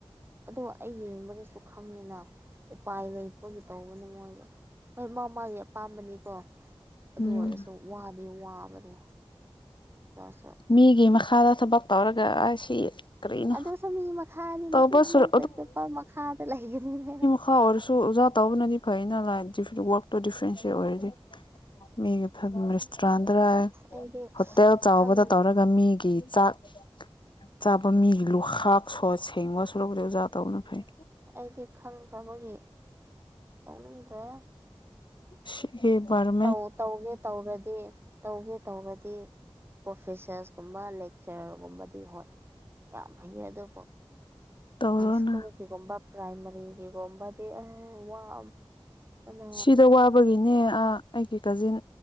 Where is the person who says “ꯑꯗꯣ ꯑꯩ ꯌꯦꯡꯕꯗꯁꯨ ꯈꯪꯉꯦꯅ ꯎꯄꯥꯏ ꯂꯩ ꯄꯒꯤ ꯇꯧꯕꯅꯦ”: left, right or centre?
Right